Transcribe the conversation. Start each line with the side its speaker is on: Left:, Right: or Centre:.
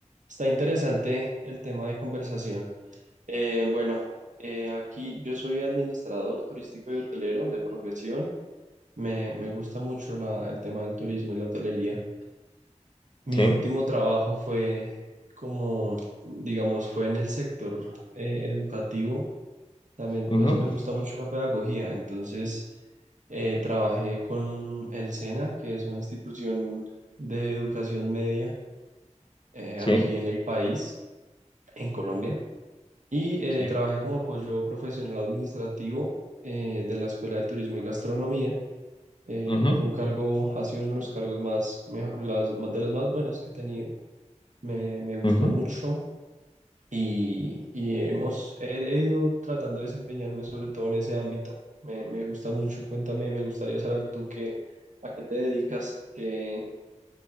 Right: Está interesante el tema de conversación. Eh, bueno, eh, aquí yo soy administrador turístico y hotelero de profesión. Me, me gusta mucho la- el tema del turismo y la hotelería. Mi
Left: Sí,
Right: último trabajo fue como, digamos, fue en el sector eh, educativo. También
Left: ujú,
Right: pues me gusta mucho la pedagogía, entonces eh, trabajé con el SENA, que es una institución de educación media eh,
Left: Sí,
Right: aquí en el país, en Colombia, y eh,
Left: sí,
Right: trabajé como apoyo profesional administrativo eh, de la Escuela de Turismo y Gastronomía. Eh,
Left: ujú,
Right: fue un cargo, ha sido uno de los cargos más, mejo- las, de los más buenos que he tenido. Me, me gustó
Left: ujú.
Right: mucho y, y hemos, he, he ido tratando de desempeñarme sobre todo en ese ámbito. Me, me gusta mucho, cuéntame, me gustaría saber tú qué, a qué te dedicas, qué,